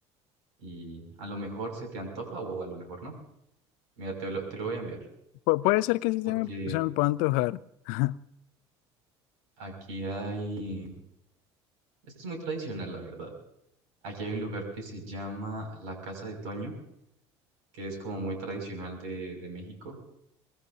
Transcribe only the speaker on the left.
Pu- puede ser que sí
se me, se me pueda antojar. <laughs>